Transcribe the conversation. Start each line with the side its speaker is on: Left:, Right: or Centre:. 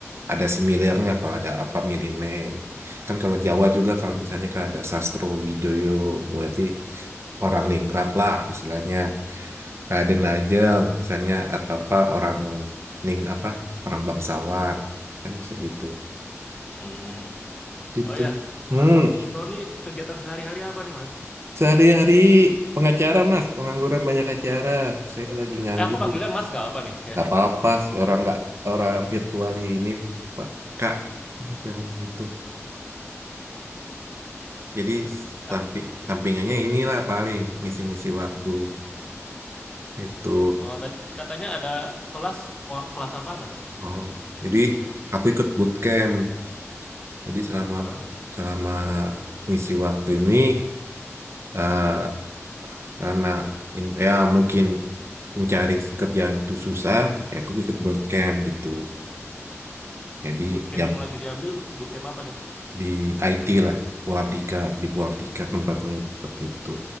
Right: ada similarnya kalau ada apa family name. Kan kalau Jawa juga kalau misalnya kan ada Sastro Widoyo, berarti orang Ningrat lah istilahnya. Raden Lajeng misalnya atau apa orang Ning apa orang bangsawan kan bisa gitu.
Left: Hmm,
Right: Gitu.
Left: oh ya,
Right: Hmm.
Left: Mas Roni kegiatan sehari-hari apa nih, Mas?
Right: Sehari-hari pengacara mas, pengangguran banyak acara. Saya lagi nganggur.
Left: Eh, aku panggilnya Mas nggak apa nih ya?
Right: Gak apa-apa sih orang nggak orang virtual ini Pak Kak macam itu. Jadi
Left: Mmm,
Right: sampi, sampingannya inilah paling ngisi-ngisi waktu itu.
Left: oh tadi katanya ada kelas, mau kelas apa, Mas?
Right: Oh, jadi aku ikut bootcamp. Jadi selama
Left: Heeh,
Right: selama ngisi waktu ini eh, karena in- ya mungkin mencari kerjaan itu susah, ya aku ikut bootcamp gitu. Jadi
Left: bootcamp
Right: jam
Left: yang lagi diambil bootcamp apa nih?
Right: di IT lah Purardika di Purardika tempatnya seperti itu